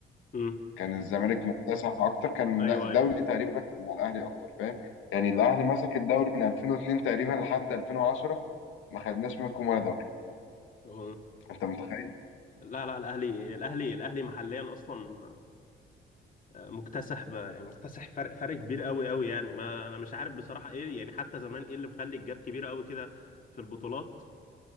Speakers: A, on the left; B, on the left.
A: امم
B: كان الزمالك مكتسح اكتر كان
A: ايوه
B: لا، الدوري
A: ايوه
B: تقريبا مع الاهلي اكتر فاهم يعني الاهلي مسك الدوري من 2002 تقريبا لحد 2010 ما خدناش منكم ولا دوري
A: أمم.
B: انت متخيل
A: لا لا الاهلي الاهلي الاهلي محليا اصلا آه، مكتسح ب... مكتسح فرق فرق كبير قوي قوي يعني ما انا مش عارف بصراحه ايه يعني حتى زمان ايه اللي مخلي الجاب كبيره قوي كده في البطولات